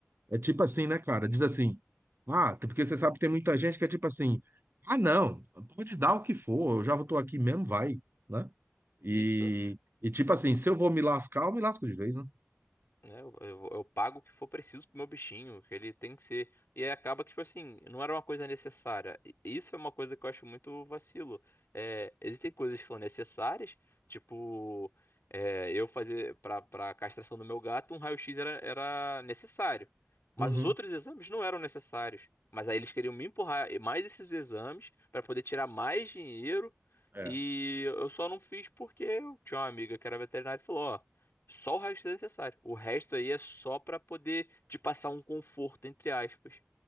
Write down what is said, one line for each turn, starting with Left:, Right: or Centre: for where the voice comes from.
Right: É tipo assim, né, cara? Diz assim, ah, porque você sabe que tem muita gente que é tipo assim, ah, não, pode dar o que for, eu já tô aqui mesmo, vai, né? E,
Left: Isso.
Right: e tipo assim, se eu vou me lascar, eu me lasco de vez, né?
Left: né? Eu, eu- eu pago o que for preciso pro meu bichinho, que ele tem que ser. E aí acaba que, tipo assim, não era uma coisa necessária. E Isso é uma coisa que eu acho muito vacilo. É, existem coisas que são necessárias, tipo, é, eu fazer pra, pra castração do meu gato, um raio-x era, era necessário. Mas
Right: Uhum.
Left: os outros exames não eram necessários. Mas aí eles queriam me empurrar mais esses exames para poder tirar mais dinheiro.
Right: É.
Left: E eu só não fiz porque eu tinha uma amiga que era veterinária e falou, ó. Só o resto é necessário. O resto aí é só pra poder te passar um conforto, entre aspas.